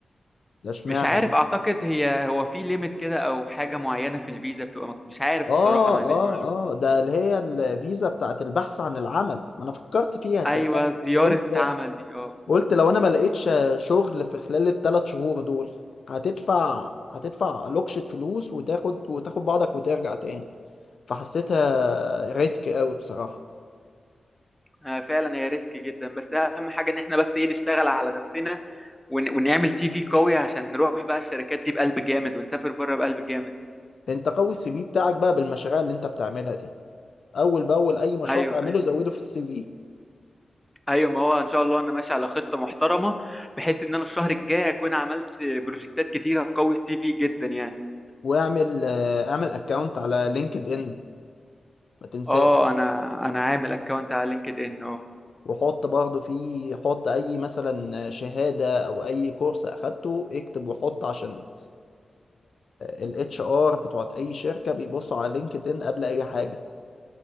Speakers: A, on the left; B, in the centre.
A: ده اشمعنى
B: مش عارف
A: ايه
B: اعتقد هي هو في ليميت كده او حاجه معينه في الفيزا بتبقى مك- مش عارف
A: اه
B: بصراحه ما عنديش
A: اه
B: معلومه
A: اه ده اللي هي الفيزا بتاعت البحث عن العمل ما انا فكرت فيها صدقني
B: ايوه
A: بس
B: زياره
A: قلت
B: عمل دي اه
A: قلت لو انا ما لقيتش شغل في خلال الثلاث شهور دول هتدفع هتدفع لوكشة فلوس وتاخد وتاخد بعضك وترجع تاني فحسيتها ريسك قوي بصراحة
B: آه، فعلا هي ريسك جدا بس اهم حاجه ان احنا بس ايه نشتغل على نفسنا ون... ونعمل سي في قوي عشان نروح بقى الشركات دي بقلب جامد ونسافر بره بقلب جامد
A: انت قوي السي في بتاعك بقى بالمشاريع اللي انت بتعملها دي اول باول اي مشروع
B: ايوه
A: تعمله
B: ايوه
A: زوده في السي في
B: ايوه ما هو ان شاء الله انا ماشي على خطه محترمه بحيث ان انا الشهر الجاي اكون عملت بروجكتات كتير هتقوي السي في جدا يعني
A: واعمل آه، اعمل اكونت على لينكد ان ما تنساش
B: اه انا انا عامل اكونت على لينكد ان آه.
A: وحط برضه فيه حط اي مثلا شهاده او اي كورس اخدته اكتب وحط عشان الاتش ار بتوعت اي شركه بيبصوا على لينكد ان قبل اي حاجه